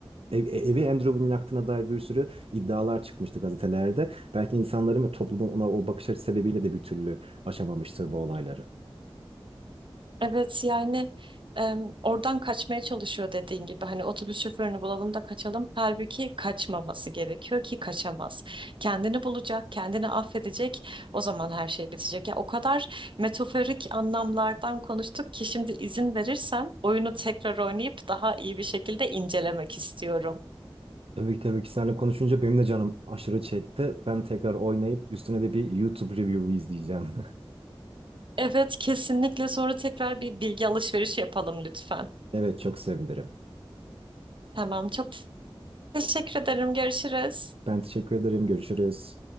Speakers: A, on the right; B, on the right.
A: Ev, e, evi Andrew Wood'un yaktığına dair bir sürü iddialar çıkmıştı gazetelerde. Belki insanların ve toplumun ona o bakış açısı sebebiyle de bir türlü aşamamıştır bu olayları.
B: Evet yani em, oradan kaçmaya çalışıyor dediğin gibi hani otobüs şoförünü bulalım da kaçalım. Halbuki kaçmaması gerekiyor ki kaçamaz. Kendini bulacak, kendini affedecek. O zaman her şey bitecek. Ya o kadar metaforik anlamlardan konuştuk ki şimdi izin verirsen oyunu tekrar oynayıp daha iyi bir şekilde incelemek istiyorum.
A: Tabii ki tabii ki seninle konuşunca benim de canım aşırı çekti. Ben tekrar oynayıp üstüne de bir YouTube review izleyeceğim. <laughs>
B: Evet kesinlikle sonra tekrar bir bilgi alışverişi yapalım lütfen.
A: Evet çok sevinirim.
B: Tamam çok teşekkür ederim. Görüşürüz.
A: Ben teşekkür ederim. Görüşürüz.